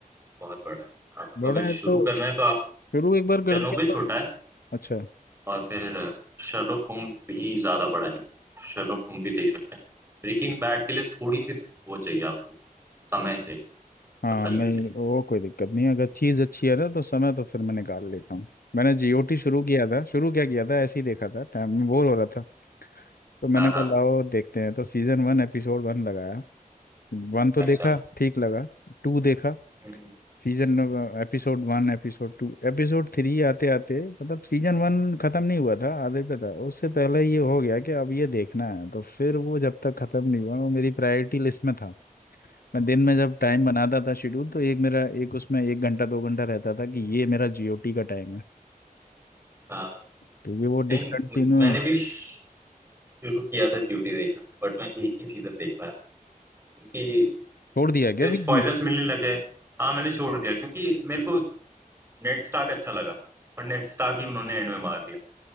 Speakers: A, on the right (about 15°); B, on the left (about 80°).
A: बहुत बड़ा है आपको
B: बड़ा
A: अगर
B: है
A: शुरू
B: तो
A: करना है तो आप
B: शुरू एक बार कर
A: चेरनोबिल
B: दिया
A: छोटा
B: तो
A: है
B: अच्छा
A: और फिर शर्लोक होम भी ज्यादा बड़ा है ना, शर्लोक होम भी देख सकते हैं ब्रेकिंग बैड के लिए थोड़ी सी वो चाहिए आपको समय चाहिए
B: हाँ
A: तसल्ली
B: नहीं
A: चाहिए
B: वो कोई दिक्कत नहीं है अगर चीज़ अच्छी है ना तो समय तो फिर मैं निकाल लेता हूँ मैंने जीओटी शुरू किया था शुरू क्या किया था ऐसे ही देखा था टाइम में बोर हो रहा था तो मैंने
A: हाँ
B: कहा
A: हाँ
B: लाओ देखते हैं तो सीजन वन एपिसोड वन लगाया वन तो
A: अच्छा
B: देखा ठीक लगा टू देखा
A: हम्म,
B: season episode one episode two episode three आते आते मतलब सीजन वन खत्म नहीं हुआ था आधे पे था उससे पहले ये हो गया कि अब ये देखना है तो फिर वो जब तक खत्म नहीं हुआ वो मेरी प्रायोरिटी लिस्ट में था मैं दिन में जब टाइम बनाता था शेड्यूल तो एक मेरा एक उसमें एक घंटा दो घंटा रहता था कि ये मेरा जीओटी का टाइम है
A: हाँ
B: क्योंकि वो
A: नहीं
B: डिसकंटिन्यू
A: मुझ- मैंने भी शुरू किया था ड्यूटी देखना बट मैं एक ही सीजन देख पाया क्योंकि
B: छोड़ दिया गया
A: फिर
B: बीच
A: स्पॉयलर्स
B: में
A: मिलने लगे हाँ मैंने छोड़ दिया क्योंकि मेरे को नेड स्टार्क अच्छा लगा और नेड स्टार्क ही उन्होंने एंड में मार दिया